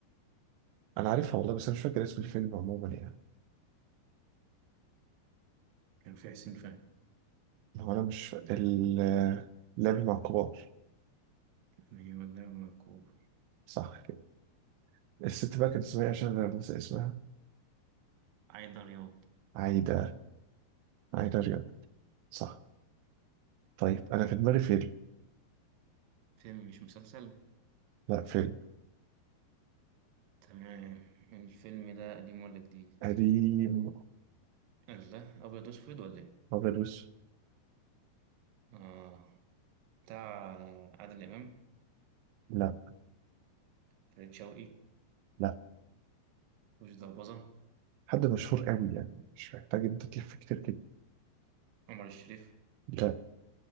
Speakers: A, on the right (about 90°); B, on the right (about 70°).
A: انا عارفها والله بس انا مش فاكر اسم الفيلم عموما يعني
B: كان في حسين فهمي
A: هو انا مش فا- ال آه، لعب مع الكبار
B: أيوة والله مكروه
A: صح كده الست بقى كانت اسمها إيه عشان انا بنسى اسمها
B: عايدة رياض
A: عايدة عايدة رياض صح طيب انا في دماغي فيلم
B: فيلم مش مسلسل
A: لا فيلم
B: تمام الفيلم ده قديم ولا جديد؟
A: قديم
B: الله أبيض وأسود ولا إيه؟
A: ابيض واسود
B: آه بتاع عادل إمام
A: لا
B: فريد شوقي
A: لا
B: وش ضربظة
A: حد مشهور قوي يعني مش محتاج انت تلف كتير كده
B: عمر الشريف
A: لا